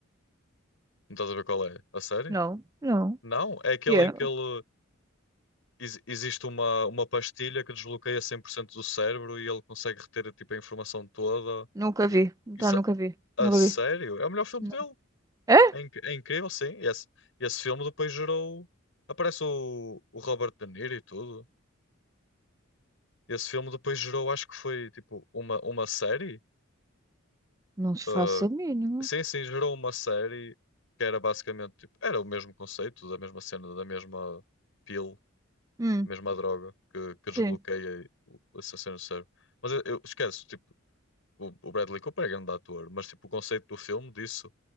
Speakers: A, on the left; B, on the right.
A: Não estás a ver qual é? A sério?
B: Não, não.
A: Não, é aquele
B: Yeah.
A: em que ele ex- existe uma, uma pastilha que desbloqueia 100% do cérebro e ele consegue reter tipo, a informação toda.
B: Nunca
A: E-
B: vi.
A: Isso,
B: Tá, nunca vi.
A: a
B: Nunca
A: sério?
B: vi.
A: É o melhor filme
B: Não.
A: dele.
B: É?
A: É, inc- é incrível, sim. Esse, esse filme depois gerou. Aparece o, o Robert De Niro e tudo. Esse filme depois gerou, acho que foi tipo uma, uma série.
B: Não se
A: ah,
B: faça a mínima.
A: sim, sim, gerou uma série que era basicamente tipo, era o mesmo conceito, da mesma cena, da mesma pill,
B: Hum,
A: mesma droga que, que
B: sim.
A: desbloqueia o- essa cena do cérebro. Mas eu, eu esqueço, tipo, o, o Bradley Cooper é grande ator, mas tipo, o conceito do filme disso,